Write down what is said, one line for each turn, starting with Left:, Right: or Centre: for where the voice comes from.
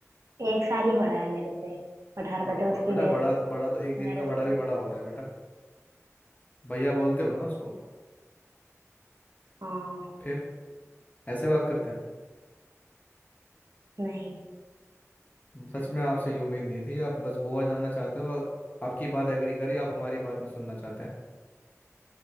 Right: एक साल ही बड़ा है मेरे से बट हरकतें
Left: बड़ा ब-
Right: उसकी
Left: बेटा
Right: मेरे
Left: बड़ा बड़ा तो एक दिन
Right: मेरे
Left: का
Right: से
Left: बड़ा
Right: तो
Left: भी बड़ा होता है बेटा भैया बोलते हो ना उसको
Right: हाँ
Left: फिर ऐसे बात करते हैं
Right: नहीं
Left: हम्म, सच में आपसे ये उम्मीद नहीं थी आप बस गोवा जाना चाहते हो और आपकी बात एग्री करी आप हमारी बात नहीं सुनना चाहते हैं